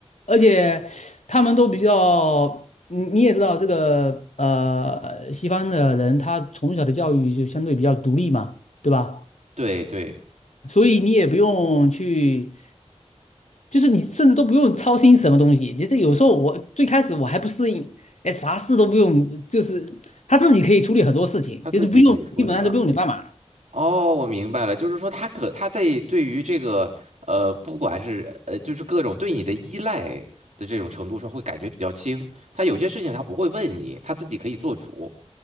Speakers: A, on the left (about 80°); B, on the right (about 80°).
A: 而且他们都比较，你你也知道这个呃，西方的人他从小的教育就相对比较独立嘛，对吧？
B: 对对，
A: 所以你也不用去，就是你甚至都不用操心什么东西，你这有时候我最开始我还不适应，哎，啥事都不用，就是他自己可以处理很多事情，
B: 他自己可以处理啊。
A: 就是不用，基本上都不用你帮忙。
B: 哦，我明白了，就是说他可他在对于这个呃，不管是呃，就是各种对你的依赖的这种程度上，会感觉比较轻。他有些事情他不会问你，他自己可以做主。